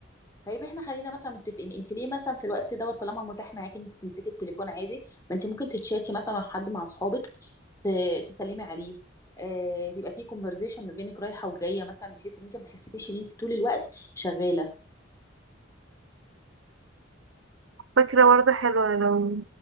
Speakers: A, on the left (about 15°); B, on the right (about 85°).
A: طيب احنا خلينا مثلا متفقين انت ليه مثلا في الوقت دوت طالما متاح معاكي ان انت تمسكي التليفون عادي ما انت ممكن تتشاتي مثلا مع حد مع اصحابك ت- تسلمي عليه آه، تبقى في كونفرزيشن ما بينك رايحه وجايه مثلا بحيث ان انت ما تحسيش ان انت طول الوقت شغاله
B: فكرة برضه حلوة لو